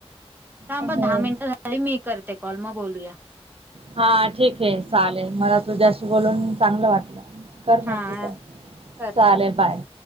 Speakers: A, on the right (about 15°); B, on the right (about 60°).
A: थांब
B: हो
A: दहा मिनिटं झाली मी करते कॉल मग बोलूया.
B: हा ठीक आहे चालेल मला तुझ्याशी बोलून चांगलं वाटलं. कर
A: हा
B: मग तू का
A: कर
B: चालेल बाय.